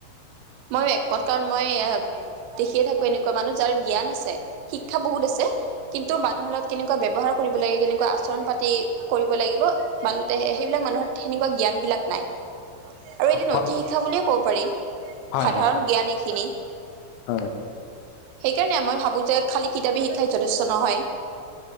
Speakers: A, on the right (about 90°); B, on the left (about 85°).
A: মই একমত কাৰণ মই এ দেখিয়ে থাকো এনেকুৱা মানুহ যাৰ জ্ঞান আছে শিক্ষা বহুত আছে কিন্তু মানুহৰ লগত কেনেকুৱা ব্যৱহাৰ কৰিব লাগে কেনেকুৱা আচৰণ পাতি কৰিব লাগিব মানুহ সেইবিলাক মানুহৰ সেনেকুৱা জ্ঞান বিলাক নাই আৰু
B: হয়,
A: এতিটো নৈতি শিক্ষা বুলিয়ে ক'ব পাৰি
B: হয়,
A: সাধাৰণ
B: হয়,
A: জ্ঞান এইখিনি
B: হয়
A: সেইকাৰণে মই ভাবো যে খালী কিতাপী শিকাই যথেষ্ট নহয়